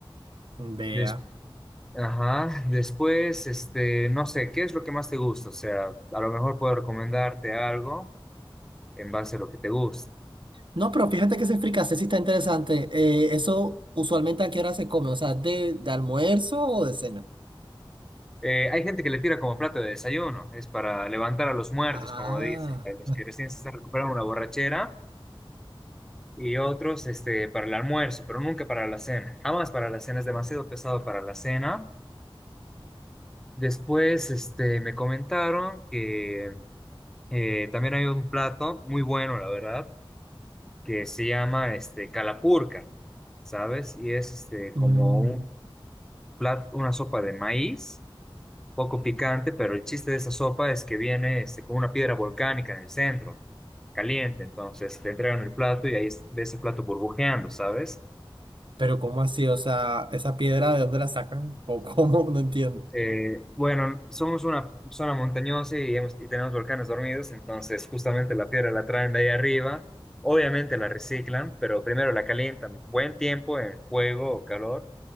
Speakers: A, on the right; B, in the centre.
A: Vea.
B: Des- Ajá. Después, este, no sé, ¿qué es lo que más te gusta? O sea, a lo mejor puedo recomendarte algo en base a lo que te gusta.
A: No, pero fíjate que ese fricasé sí está interesante. Eh, eso usualmente a qué hora se come, o sea, de, de almuerzo o de cena.
B: Eh, hay gente que le tira como plato de desayuno, es para levantar a los muertos,
A: Ah,
B: como dicen, a los que recién se están recuperando una borrachera, y otros este, para el almuerzo, pero nunca para la cena. Jamás para la cena, es demasiado pesado para la cena. Después, este, me comentaron que eh, también hay un plato muy bueno, la verdad, que se llama este, calapurca, ¿sabes? Y es este,
A: mm,
B: como un plato, una sopa de maíz, poco picante, pero el chiste de esa sopa es que viene este, con una piedra volcánica en el centro, caliente. Entonces te entregan el plato y ahí es- ves el plato burbujeando, ¿sabes?
A: pero ¿cómo así? O sea, ¿esa piedra de dónde la sacan? ¿O cómo? <laughs> No entiendo.
B: Eh, bueno, somos una zona montañosa y, hemos- y tenemos volcanes dormidos, entonces justamente la piedra la traen de ahí arriba. Obviamente la reciclan, pero primero la calientan buen tiempo en fuego o calor.